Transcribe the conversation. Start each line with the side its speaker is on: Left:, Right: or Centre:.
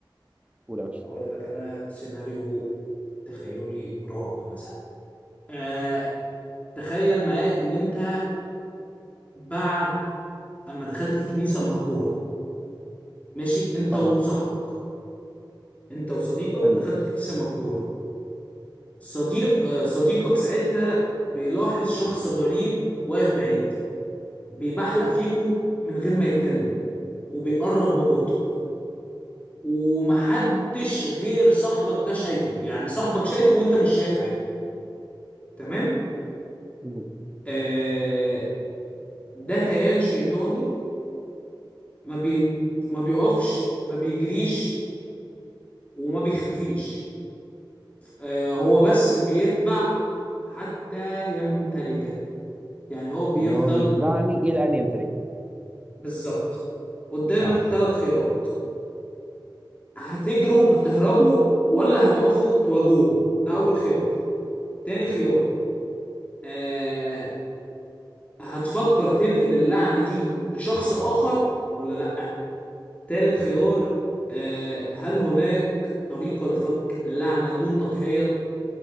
Right: قول يا باشا
Left: اقول لك انا سيناريو تخيلي رعب مثلا آه تخيل معايا ان انت بعد اما دخلت كنيسة مهجورة ماشي انت
Right: اه
Left: وصاحبك انت وصديقك
Right: حلو
Left: دخلت كنيسة مهجورة صديق آه صديقك ساعتها بيلاحظ شخص غريب واقف بعيد بيبحلق فيكو من غير ما يتكلم وبيقرب ببطء ومحدش غير صاحبك ده شايفه يعني صاحبك شايفه وانت مش شايف حاجة تمام
Right: مم.
Left: آه ده كيان شيطاني ما بي ما بيقفش ما بيجريش وما بيختفيش آه هو بس بيتبع حتى يمتلكك يعني هو بيفضل
Right: يعني هو بيتبعني الى ان يمتلك
Left: بالظبط قدامك
Right: اه
Left: ثلاث خيارات هتجروا هتهربوا ولا هتقفوا تواجهوهم ده اول خيار تاني خيار آه هتفكر تنقل اللعنة دي لشخص اخر ولا لا تالت خيار آه هل هناك طريقة لفك اللعنة دون تضحية